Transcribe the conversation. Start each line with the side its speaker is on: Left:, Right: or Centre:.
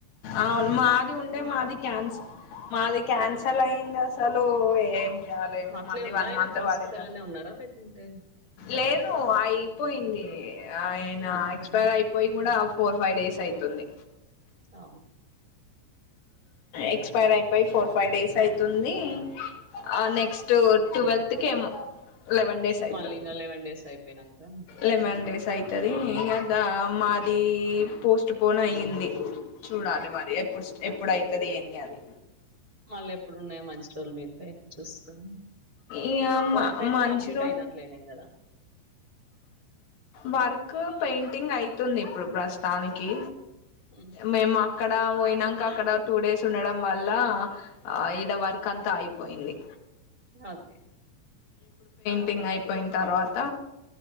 Left: అవును మాది ఉండే మాది క్యాన్సల్ మాది క్యాన్సల్ అయింది అసలు ఏం చేయలో ఏమో
Right: అట్లే
Left: మళ్ళీ
Right: ఉందా?
Left: వన్
Right: ఆయనకు
Left: మంత్
Right: హాస్పిటల్‌లోనే
Left: పడేటారు
Right: ఉన్నారా? లేకుంటే
Left: లేదు అయిపోయింది
Right: హ్మ్.
Left: ఆయన
Right: హుహుహు.
Left: ఎక్స్పైర్ అయిపోయి కూడా ఫోర్ ఫైవ్ డేస్ అవుతుంది
Right: అ
Left: ఎక్స్పైర్ అయిపోయి ఫోర్ ఫైవ్ డేస్ అయితుంది ఆ నెక్స్ట్ ట్వల్త్ కేమో లెవెన్ డేస్ అయితది
Right: మళ్ళీ ఇంగ డేస్ అయిపోయినంక హ్మ్.
Left: లెవెన్ డేస్ అయ్ తదీ గదా మాదీ పోస్ట్ పోన్ అయ్యింది చూడాలి మరి ఎప్పుడు స్ట ఎప్పుడైతది ఏంది అది
Right: మళ్ళెప్పుడున్నాయో మంచి రోజుల మీ పైన చూసుకొని
Left: ఇ అ మ
Right: వర్క్ అయితే
Left: మంచి
Right: కంప్లీట్
Left: రో
Right: అయినట్లేనే గదా!
Left: వర్క్ పెయింటింగ్ అయితుంది ఇప్పుడు ప్రస్తానికి
Right: హుహుహు.
Left: మేము అక్కడ వొయిన కా అక్కడ టూ డేస్ ఉండడం వల్లా ఆ ఈడ వర్క్ అంతా అయిపోయింది
Right: అదే
Left: టింగ్ అయిపోయిన తర్వాత